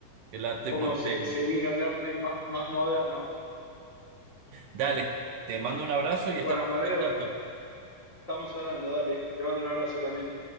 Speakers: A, on the right; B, on the left.
A: el arte
B: cómo
A: porteño.
B: se, se vino el arte ma- más moderno.
A: Dale, te mando un abrazo y estamos
B: Bueno, Amadeo,
A: en contacto.
B: estamos hablando, dale. Te mando un abrazo también.